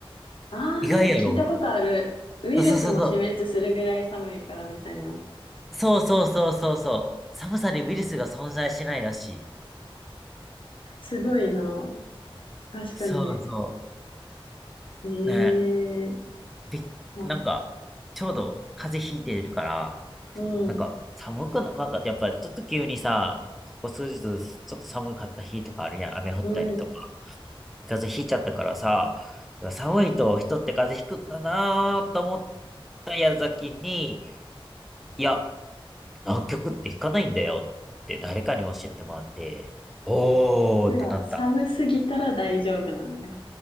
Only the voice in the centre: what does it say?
い。意外やろ
そうそうそうそう。そうそうそうそうそう。寒さにウイルスが存在しないらしい。
そうそ
う。ね、びっ、
なんか、ちょうど風邪ひいてるから、
なんか、寒くな、なんか、やっぱ、ちょっと急にさ、ここ数日、ちょっと寒かった日とかあるやん。雨降ったりとか。
風邪ひいちゃったからさ、やっぱ寒いと人って風邪ひくんだなーと思った矢先に、いや、南極ってひかないんだよって誰かに教えてもらって、おーってなった。